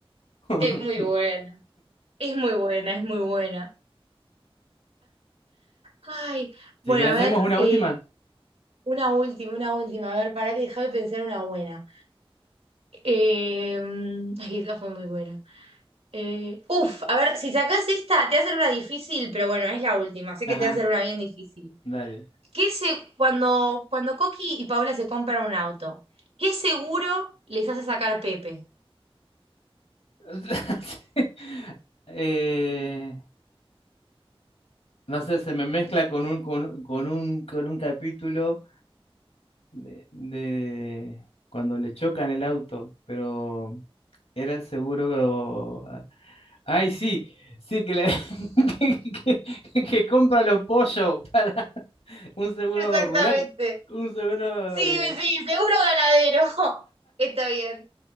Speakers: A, on the left; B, on the right.
A: <laughs>
B: Es muy buena, es muy buena, es muy buena. Ay, bueno,
A: Si querés,
B: a
A: hacemos
B: ver,
A: una
B: eh,
A: última.
B: una última, una última. A ver, para que déjame pensar una buena. Eh, ay, esta fue muy buena. Eh, uf, a ver, si sacás esta, te va a hacer una difícil, pero bueno, es la última. Sé
A: Ajá,
B: que te va a hacer una bien difícil.
A: dale.
B: ¿Qué se, cuando, cuando Coqui y Paola se compran un auto, qué seguro les hace sacar Pepe?
A: <laughs> Eh, no sé, se me mezcla con un, con, un con un, con un capítulo. de, de cuando le chocan el auto, pero era el seguro. ah, Ay, sí, sí, que, le- <laughs> que, que- que compra los pollos para un seguro
B: Exactamente.
A: rural. Un seguro
B: Sí,
A: de...
B: sí, seguro ganadero. <laughs> Está bien.